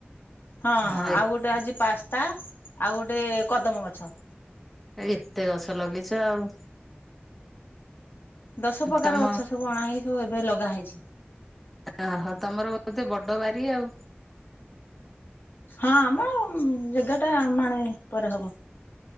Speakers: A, on the left (about 60°); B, in the centre.
A: ହଁ
B: ଆ
A: ଆଉ ଗୋଟେ ଆଜି ପାସ୍ତା ଆଉ ଗୋଟେ କଦମ୍ୱ ଗଛ।
B: ଏ ଏତେ ଗଛ ଲଗେଇଛ ଆଉ।
A: ଦଶ ପ୍ରକାର
B: ତମ
A: ଗଛ ସବୁ ଅଣା ହେଇ ସବୁ ଏବେ ଲଗା ହେଇଛି।
B: ଓହୋ ତମର ବୋଧେ ବଡ ବାରି ଆଉ।
A: ହଁ ଆମର ଜାଗା ଟା ମାଣେ ପରେ ହବ।